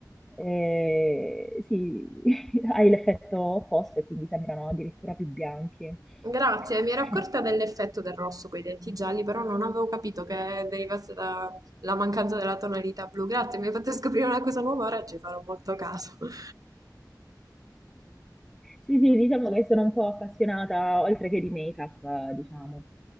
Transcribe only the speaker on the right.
Grazie, mi ero
accorta dell'effetto del rosso con i denti gialli, però non avevo capito che derivasse dalla mancanza della tonalità blu. Grazie, mi hai fatto scoprire una cosa nuova, ora ci farò molto caso. <laughs>